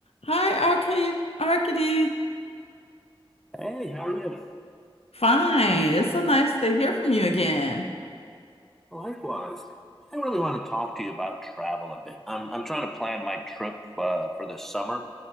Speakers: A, on the left; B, in the centre.
A: Hi, Arcade Arcady.
B: Hey, how are you?
A: Fine. It's so nice to hear from you again.
B: Likewise. I really want to talk to you about travel a bit. I'm I'm trying to plan my trip uh, for this summer.